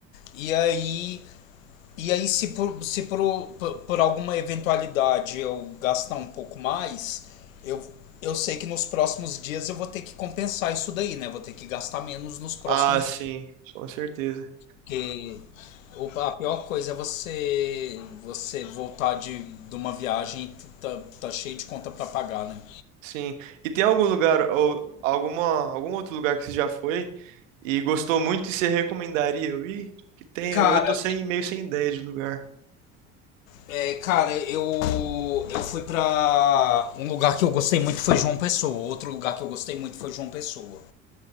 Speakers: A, on the left (about 90°); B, on the right (about 80°).
A: E aí e aí se por, se por, por, por alguma eventualidade eu gastar um pouco mais, eu eu sei que nos próximos dias eu vou ter que compensar isso daí, né? Vou ter que gastar menos nos próximos
B: Ah, sim,
A: dias.
B: com certeza.
A: Porque o- a pior coisa é você você voltar de, de uma viagem e tá, tá cheio de conta pra pagar, né?
B: Sim. E tem algum lugar ou alguma, algum outro lugar que você já foi e gostou muito e você recomendaria eu ir? Que tem,
A: Cara,
B: eu tô sem, meio sem ideia de lugar.
A: é, cara, eu eu fui pra um lugar que eu gostei muito foi João Pessoa. Outro lugar que eu gostei muito foi João Pessoa.